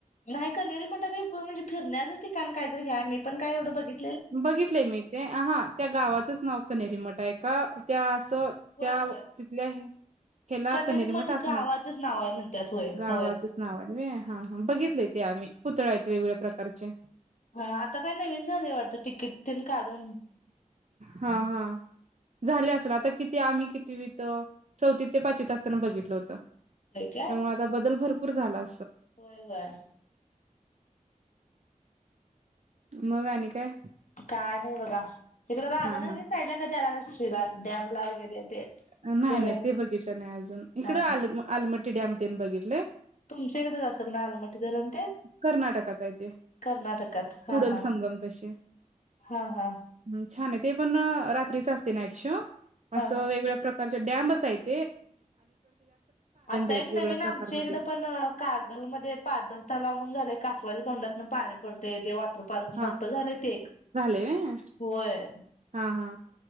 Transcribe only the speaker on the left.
नाही कररी म्हणात म्हणजे फिरण्याचं ठिकाण काहीतरी घ्या मी पण काय एवढं बघित
होय
होय
कनेरी
गावाचेच
नाव आहे म्हणतात होय
होय
हा आता काय नवीन झाले वाटतं तिकीट काढून..
होय काय
होय होय.
काय नाही बघा. इकडं राधानगरी
साईडला कधी आला <unintelligible> शिला डॅमला वगैरे ते.
धरण
हा
तुमच्याकडेच असेल ना आलमाट. धरण ते
कर्नाटकात हा
हा.
हा. हा. हा.
हा
आता
एक
नवीन
आमच्या इकड पण कागल मध्ये पाजलं तलाव. म्हनून झालंय कसवाच्या तोंडातन पानी पडते ते.. वॉटर पार्क
मोठ झालं ते एक
होय.